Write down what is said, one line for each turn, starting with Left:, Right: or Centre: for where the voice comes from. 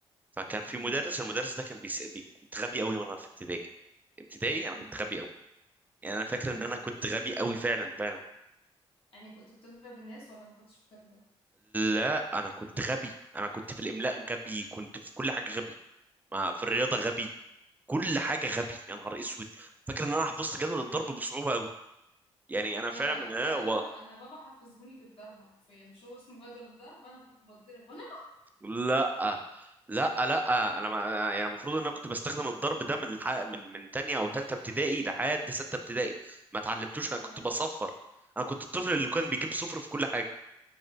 Right: فكان في
Left: م-
Right: مدرس
Left: م-
Right: المدرس ده كان بيس... بي... كنت غبي قوي وانا في ابتدائي ابتدائي انا
Left: م.
Right: كنت غبي قوي يعني انا فاكر
Left: تمام
Right: ان انا كنت غبي قوي فعلا فعلا
Left: يعني كنت بتضرب الناس ولا ما كنتش بتضرب
Right: لا انا كنت غبي انا كنت في الاملاء غبي كنت في كل حاجه غبي ما في الرياضه غبي كل حاجه غبي يا نهار اسود فاكر ان انا حفظت جدول الضرب بصعوبه قوي يعني انا
Left: يا
Right: فعلا من
Left: ده
Right: آه،
Left: انا
Right: والله.
Left: بابا انا بابا حفظهوني بالضرب حرفيا مش هو اسمه جدول الضرب انا كنت بتضرب وانا
Right: لا لا لا انا ما يعني المفروض ان انا كنت بستخدم الضرب ده من الح... من من تانية او تالتة ابتدائي لحد ستة ابتدائي ما اتعلمتوش انا
Left: يا
Right: كنت بصفر انا كنت الطفل اللي كان بيجيب صفر في كل حاجة